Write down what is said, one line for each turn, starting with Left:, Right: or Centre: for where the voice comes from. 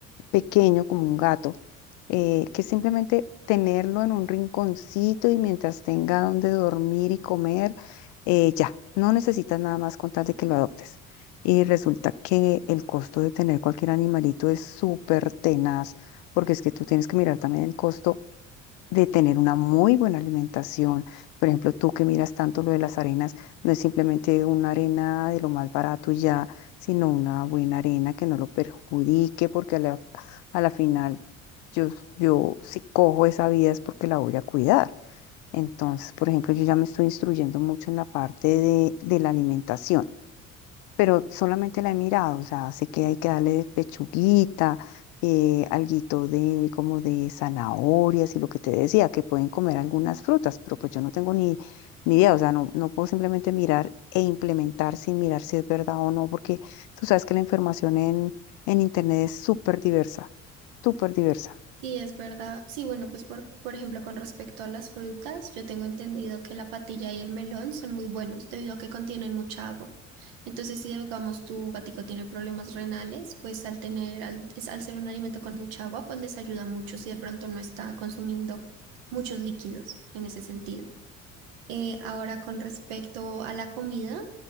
Left: pequeño como un gato, eh, que simplemente tenerlo en un rinconcito y mientras tenga donde dormir y comer, eh, ya, no necesitas nada más con tal de que lo adoptes. Y resulta que el costo de tener cualquier animalito es súper tenaz, porque es que tú tienes que mirar también el costo de tener una muy buena alimentación. Por ejemplo, tú que miras tanto lo de las arenas, no es simplemente una arena de lo más barato y ya, sino una buena arena que no lo perjudique, porque a la, a la final yo, yo si cojo esa vida es porque la voy a cuidar. Entonces, por ejemplo, yo ya me estoy instruyendo mucho en la parte de, de la alimentación pero solamente la he mirado, o sea, sé que hay que darle pechuguita, eh, alguito de como de zanahorias y lo que te decía, que pueden comer algunas frutas, pero pues yo no tengo ni, ni idea, o sea, no, no puedo simplemente mirar e implementar sin mirar si es verdad o no, porque tú sabes que la información en, en internet es súper diversa, súper diversa,
Right: Sí, es verdad. Sí, bueno, pues por, por ejemplo, con respecto a las frutas, yo tengo entendido que la patilla y el melón son muy buenos debido a que contienen mucha agua. Entonces, si digamos tu gatico tiene problemas renales, pues al tener, al, es- al ser un alimento con mucha agua, pues les ayuda mucho si de pronto no está consumiendo muchos líquidos en ese sentido. Eh, ahora, con respecto a la comida,